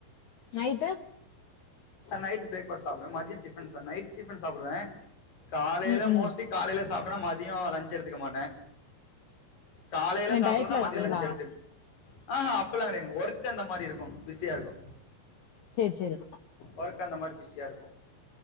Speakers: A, on the left; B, on the left.
A: நைட்டு
B: நைட் பிரேக்ஃபாஸ்ட் சாப்புடுவ மதியம் டிஃபன் சா நைட் டிஃபன் சாப்புடுவ காலையில
A: ம் ம்
B: மோஸ்ட்லி காலையில சாப்பிட்டனா மதிய லன்ச் எடுத்துக்க மாட்ட காலையில
A: ஏ
B: சாப்டலன்னா
A: டயட்ல இருக்கீங்களா
B: மதிய லஞ்சு எடுத்துக் ஆ அப்பெல்லா கிடையாது ஒர்க் அந்த மாதிரி இருக்கும் பிஸியா இருக்கும்
A: செரி செரி
B: ஒர்க்கு அந்த மாதிரி பிஸியா இருக்கும்